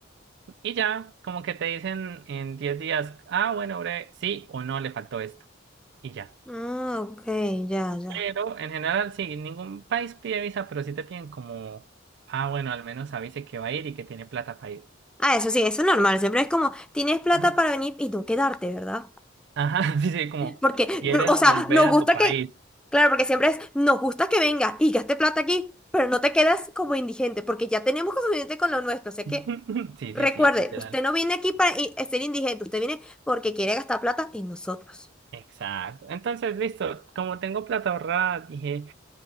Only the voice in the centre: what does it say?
Ah, ok, ya, ya.
Ah, eso sí, eso es normal. Siempre es como, tienes plata
para venir y no quedarte, ¿verdad?
Porque,
no, o sea,
nos
gusta
que, claro, porque siempre es, nos gusta que vengas y gaste plata aquí, pero no te quedas como indigente, porque ya tenemos suficiente con lo nuestro. O sea
que,
recuerde,
usted no viene aquí para i- ser indigente, usted viene porque quiere gastar plata en nosotros.